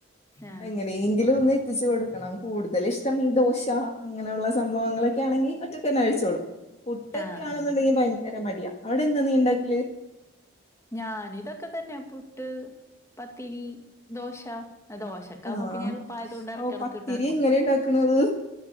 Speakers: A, on the left (about 15°); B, on the left (about 35°).
A: ആഹ്
B: എങ്ങനെയെങ്കിലും ഒന്ന് എത്തിച്ച് കൊട് ക്കണം കൂടുതൽ ഇഷ്ടം ഈ ദോശ അങ്ങനെയുള്ള സംഭവങ്ങളൊക്കെ ആണെങ്കിൽ ഒറ്റക്ക് തന്നെ കഴിച്ചോളും പുട്ടൊക്കെ
A: ആഹ്
B: ആണെന്നുണ്ടെങ്കിൽ
A: ആഹ്
B: ഭയങ്കര മടിയാ അവിടെ എന്താ നീ ഉണ്ടാക്കല്
A: ഞാൻ ഇതൊക്കെ തന്നെ പുട്ട് പത്തിരി ദോശ. ദോശ ഒക്കെ ആകുമ്പോ
B: ആഹ്
A: പിന്നെ എളുപ്പായത് കൊണ്ട് ഇടക്കിടക്ക്
B: ഓ പത്തിരി
A: ഇണ്ടാക്കും
B: എങ്ങനെ ഇണ്ടാക്കണത്